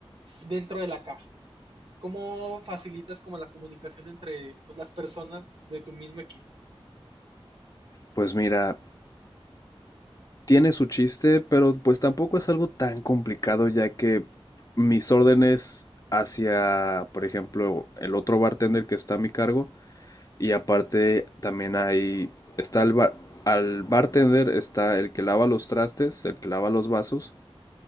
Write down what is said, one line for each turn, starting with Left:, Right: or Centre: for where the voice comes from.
Right: dentro de la caja. ¿Cómo facilitas como la comunicación entre pues, las personas de tu mismo equipo?
Left: Pues mira, tiene su chiste, pero pues tampoco es algo tan complicado ya que mis órdenes hacia, por ejemplo, el otro bartender que está a mi cargo y aparte también hay, está el bar- al bartender está el que lava los trastes, el que lava los vasos